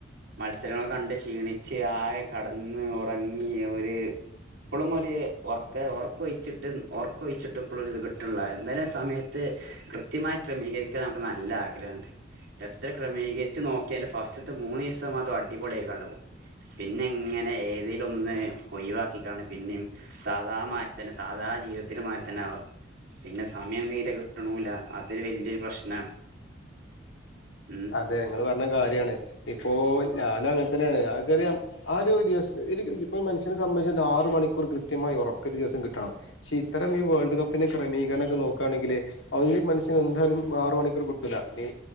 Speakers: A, on the right; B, on the left.
A: മത്സരങ്ങളൊക്കെ കണ്ട് ക്ഷീണിച്ച് ആകെ കടന്ന് ഉറങ്ങി. ഒരു- ഇപ്പളും ഒര് ഒറ്ക്ക് ഒറക്കൊഴിച്ചിട്ട് ഒർക്കൊഴിച്ചിട്ടും ഇപ്പളും ഇത് കിട്ട്ണ്ല്ല. ഇന്നലെ സമയത്ത് കൃത്യമായി ക്രമീകരിക്കാൻ നമുക്ക് നല്ല ആഗ്രഹം ഉണ്ട്. എത്ര ക്രമീക വച്ച് നോക്കിയാൽ ഫസ്റ്ററ്റ് മൂന്ന് ദിവസം അടിപൊളിയായിക്കാണ്ട് പോകും. പിന്നെ ഇങ്ങനെ ഏതേലും ഒന്ന് ഒഴിവാക്കിക്കാണ്ട് പിന്നിം- സാധാ മായിരി തന്നെ സാധാ ജീവിതത്തിന്റെ മായിരി തന്നെ ആവാ. പിന്നെ സമയം തീരെ കിട്ട്ണൂല്ല. അതൊരു വല്യയൊരു പ്രശ്നാണ്. ഉം
B: അതെ ഇങ്ങള് പറഞ്ഞ കാര്യാണ്. ഇപ്പോ ഞാന് അങ്ങന് തന്നെയാണ്. ഞാ ഇത്വരെ ആ ഒരു ദിവസ് ഒര് ഇപ്പൊ മനുഷ്യനെ സംബന്ധിച്ച് ആറു മണിക്കൂർ കൃത്യമായി ഉറക്ക് ഒരു ദിവസം കിട്ടണം. പക്ഷെ ഇത്തര ഈ വോൾഡ്പ്പിന്റെ ക്രമീകരണൊക്കെ നോ യാണെങ്കിൽ അഹ് ഈമനുഷ്യൻ എന്തായാലും ആറ് മണിക്കൂർ കിട്ടൂല്ല. നീ